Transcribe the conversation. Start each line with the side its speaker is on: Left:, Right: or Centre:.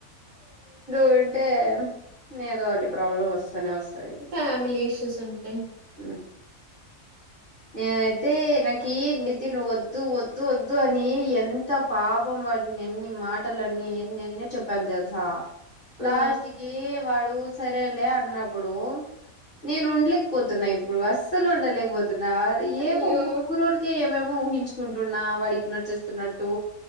Left: వుం టే ఏదోటి ప్రాబ్లం వస్తేనే వస్తది
Right: ఫ్యామిలీ ఇష్యూస్ ఉంటాయి
Left: ఉ నేనైతే నాకి నితిన్ వద్దు వద్దు వద్దు అని ఎంత పాపం వాడిని ఎన్ని మాటలన్నీ ఎన్నెన్నో చెప్పాను తెలుసా
Right: ఆ
Left: లాస్ట్ కి వాడు సరేలే అన్నప్పుడు నేను ఉండలేకపోతున్నా ఇప్పుడు అస్సలు ఉండలేకపోతున్నా ఏమో
Right: అయ్యో
Left: ఊరుఊరికే ఏమేమో ఊహించుకుంటున్నా వాడు ఇగ్నోర్ చేస్తున్నట్టు